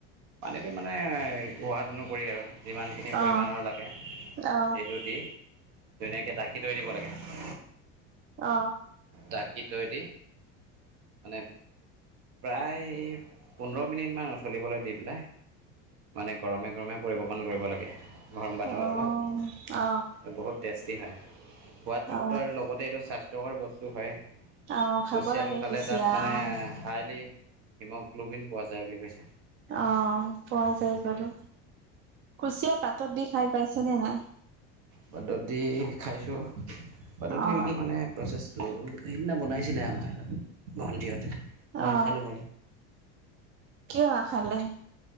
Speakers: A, on the right (about 60°); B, on the right (about 40°).
A: পানীটো মানে সোৱাদ অনুসৰি আৰু। যিমানখিনি পৰিমাণৰ
B: অ
A: লাগে সেইটো
B: অ
A: দি ধুনীয়াকে ঢাকি থৈ দিব লাগে।
B: অ।
A: ধাকি থৈ দি মানে প্ৰায় পোন্ধৰ মিনিট মান উতলিবলৈ দি পেলাই। মানে গৰমে গৰমে পৰিৱেশন কৰিব লাগে, গৰম ভাতৰ
B: অ
A: লগত
B: অ
A: বহুত টেষ্টি হয়, সোৱাদযুক্ত
B: অ
A: আৰু লগতে এইটো স্বাস্থ্যকৰ বস্তু হয়। কুচিয়াটো
B: অ খাব লাগে
A: খালে
B: কুচিয়া
A: তাত মানে
B: অ
A: হাইলি হিমোগ্ল'বিন পোৱা যায় বুলি কৈছে।
B: অ পোৱা যায় বাৰু, কুচিয়া পাতত দি খায় পাইছেনে নাই?
A: পাতত দি খাইছোঁ পাতত
B: অ
A: দি ইমান মানে প্ৰচেছটো, সেইদিনা বনাইছিলে আমাৰ ভণ্টিহঁতে মই
B: অ
A: খালোঁ বাৰু।
B: কিয় আশা লৈ আহিম।